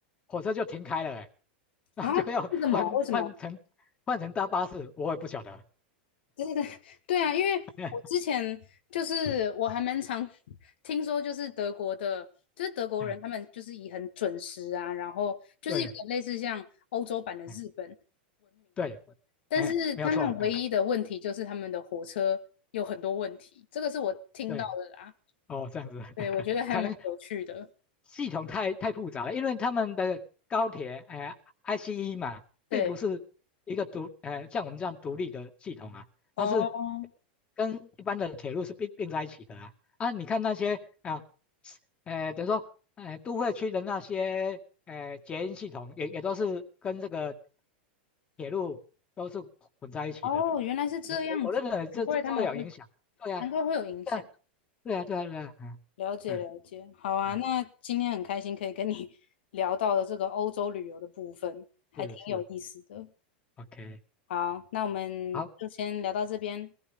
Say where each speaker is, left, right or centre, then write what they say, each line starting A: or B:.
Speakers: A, on the left; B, on the left.
A: 火车就停开了，哎，然后就要换换成换成搭巴士，
B: 啊，为什么？为什么？
A: 我也不晓得。
B: 对对对，<laughs> 对啊，因为我之前就是我还蛮常
A: <laughs>
B: <laughs> 听说，就是德国的，就是德国人他们就是以很准时啊，
A: 哎，
B: 然后就是有点类似像欧洲版的日本，
A: 对，哎，对，
B: 但是他们唯一的问题就是他们的火车有很多问题，
A: 哎，没有错，哎。
B: 这个是我听到的啦。
A: 对，哦，这样子，<laughs>
B: 对，我觉得还蛮有趣的。
A: 可能系统太太复杂了，因为他们的高铁，哎 i c e 嘛，
B: 对，
A: 并不是一个独，呃，像我们这样独立的系统啊，
B: 哦
A: 它是跟一般的铁路是并并在一起的啊。啊，你看那些啊，呃，等于说，哎都会区的那些，哎捷运系统也也都是跟这个铁路都是混在一起的。
B: 哦，原来是这样子，
A: 我我我认为这这这会有影响。
B: 难怪他们会，
A: 对呀、
B: 难怪会有影响。
A: 对呀、对呀、对呀、对呀、
B: 了解了解，
A: 嗯嗯。
B: 好啊，
A: 哎，
B: 那今天很开心可以跟你 <laughs> 聊到了这个欧洲旅游的部分，还挺有意思的。
A: 是是，OK，
B: 好，那我们就先聊到这边，
A: 好，